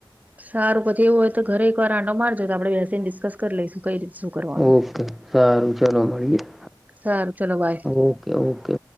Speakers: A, on the right; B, in the centre.
A: સારું પછી એવું હોય ઘરે એક વાર આંડો મારજો આપ બેસીને ડિસ્કસ કરી લઈશું. કઈ રીતે શું કરવાનું
B: ઓકે
A: છે.
B: સારું ચલો મળીએે
A: સારું ચલો બાય
B: ઓકે ઓકે.